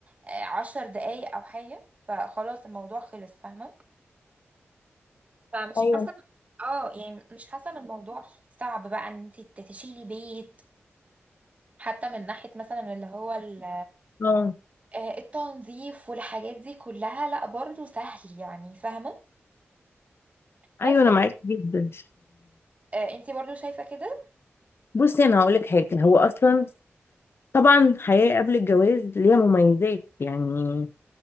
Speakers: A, on the right; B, on the left.
A: آه، عشر دقايق او حاجة فخلاص الموضوع خلص فاهمة فمش
B: ايوه
A: حاسة اه يعني مش حاسة ان الموضوع صعب بقى ان انت ت- تشيلي بيت حتى من ناحية مثلا اللي هو ال-
B: اه
A: آه، التنظيف والحاجات دي كلها لا برضو سهل يعني فاهمة بس
B: ايوه
A: ف-
B: انا معاك جدا
A: آه، انت برضو شايفة كده
B: بصي انا هقول لك حاجه هو اصلا طبعا الحياه قبل الجواز ليها مميزات يعني